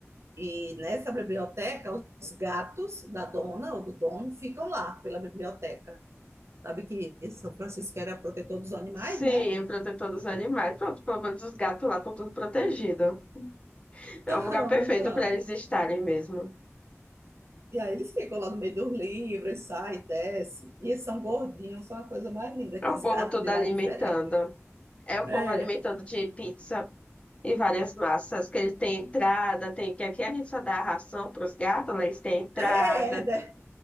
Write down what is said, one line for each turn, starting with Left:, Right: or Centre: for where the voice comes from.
Right: E nessa biblioteca, os gatos da dona ou do dono ficam lá pela biblioteca. Sabe que São Francisco era protetor dos animais,
Left: Sim,
Right: né?
Left: protetor dos animais. Pronto, pelo menos os gatos lá estão tudo protegidos. É
Right: <laughs> Então,
Left: um lugar perfeito
Right: então.
Left: para eles estarem mesmo.
Right: E aí eles ficam lá no meio dos livros, sai, desce. E eles são gordinhos, são a coisa mais linda,
Left: É
Right: que
Left: o
Right: os
Left: povo
Right: gatos
Left: todo
Right: de
Left: alimentando.
Right: lá é diferente.
Left: É o
Right: É,
Left: povo alimentando de pizza. E várias massas que ele tem entrada, tem que aqui a gente só dá ração para os gatos, né? Eles têm entrada.
Right: É, de,